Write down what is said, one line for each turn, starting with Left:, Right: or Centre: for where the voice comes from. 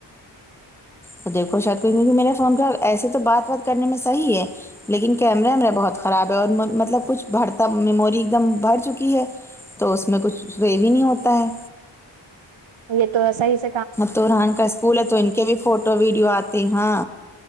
Centre: تو دیکھو شاید کو کیونکہ میرے فون کا ایسے تو بات بات کرنے میں صحی ہے لیکن کیمرا میرا بہت خراب ہے اور مطلب کچھ بھرتا میموری ایک دم بڑھ چکی ہے تو اس میں کچھ اس وہ یہ بھی نہیں ہوتا ہے
Right: یہ تو ایا ہی س
Centre: تووران کا اسکول ہے تو ان کے بھی فوٹو ویڈیو آتے ہاں